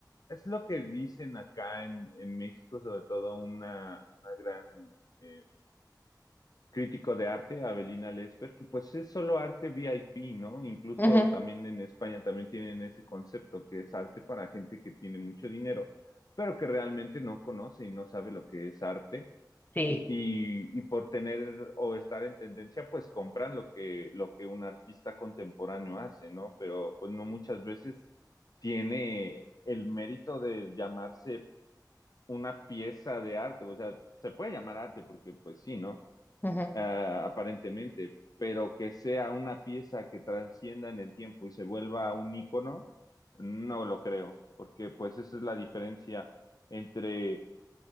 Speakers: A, on the left (about 55°); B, on the left (about 25°).
A: es lo que dicen acá en, en México, sobre todo una, una gran eh, crítico de arte, Avelina Lesper, que pues es solo arte VIP, ¿no? Incluso
B: ujú,
A: también en España también tienen ese concepto que es arte para gente que tiene mucho dinero, pero que realmente no conoce y no sabe lo que es arte
B: sí.
A: y, y por tener o estar en tendencia, pues compran lo que, lo que un artista contemporáneo hace, ¿no? Pero pues no muchas veces tiene el mérito de llamarse una pieza de arte, o sea, se puede llamar arte porque pues sí, ¿no?
B: ujú.
A: Ah, aparentemente, pero que sea una pieza que transcienda en el tiempo y se vuelva un ícono, no lo creo, porque pues esa es la diferencia entre